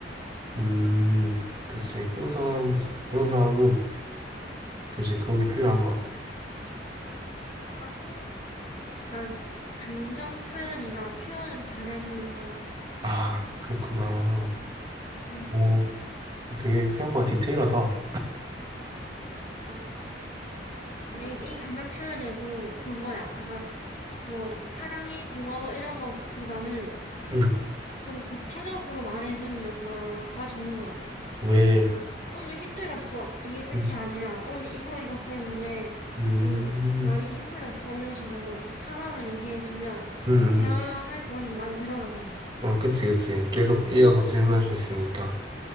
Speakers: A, on the right; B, on the left.
A: 음, 그치. 그런 사람도, 그런 사람은, 그지. 그런 게 필요한 것 같아.
B: 하고, 약간 감정 표현이나 표현을 좀 잘해주는 사람?
A: 아, 그렇구나.
B: 응,
A: 오, 되게 생각보다 디테일하다.
B: 맞아. 근데 이 감정 표현에도 그거야. 약간 뭐, 사랑해, 고마워 이런 것보다는
A: 음.
B: 조금 구체적으로 말해주는 남자가 좋은 것 같아.
A: 왜,
B: 아, 오늘 힘들었어. 이게 끝이
A: 음,
B: 아니라, 오늘 이거, 이거 때문에
A: 음,
B: 좀 많이 힘들었어. 이런 식으로 상황을 얘기해주면,
A: 음.
B: 대화할 거리가 많이 늘어나잖아.
A: 아, 그치, 그치. 계속 이어서 질문할
B: 응.
A: 수 있으니까.